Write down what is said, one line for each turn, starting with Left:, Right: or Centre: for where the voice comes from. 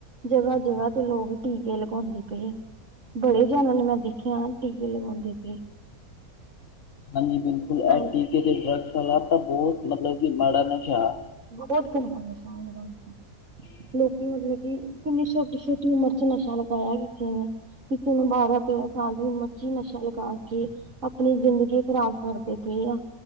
Right: ਜਗ੍ਹਾ
Left: ਹਾਂਜੀ,
Right: ਜਗ੍ਹਾ
Left: ਹਾਂਜੀ,
Right: ਤੇ ਲੋਕ ਟੀਕੇ ਲਗਾਉਂਦੇ ਪਏ ਹੈ, ਬੜੇ
Left: ਹਾਂਜੀ।
Right: ਜਣਾ ਨੂੰ ਮੈਂ ਦੇਖਿਆ ਟੀਕੇ ਲਗਾਉਂਦੇ ਪਏ
Left: ਹਾਂਜੀ ਬਿਲਕੁਲ
Right: ਹਾਂਜੀ
Left: ਆਰ ਟੀਕੇ ਦੇ ਡ੍ਰਗ੍ਸ ਵਾਲਾ, ਤਾਂ ਬਹੁਤ ਮਤਲਬ ਕਿ ਮਾੜਾ ਨਸ਼ਾ ਹੈ।
Right: ਬਹੁਤ ਘਣਾ ਨਸ਼ਾ ਔ ਨਾਨੂੰ ਤਾਂ, ਲੋਕੀ ਮਤਲਬ ਕਿ, ਕਿੰਨੀ ਛੋਟੀ ਛੋਟੀ ਉਮਰ ਚ ਨਸ਼ਾ ਲਗਾਇਆ ਕਿਸੇ ਨੇ। ਕਿਸੇ ਨੂੰ ਬਾਰਾਂ ਤੇਰਾਂ ਸਾਲ ਦੀ ਉਮਰ ਚ ਹੀ, ਨਸ਼ਾ ਲਗਾ ਕੇ ਆਪਣੀ ਜ਼ਿੰਦਗੀ ਖ਼ਰਾਬ ਕਰਦੇ ਪਏ ਆ,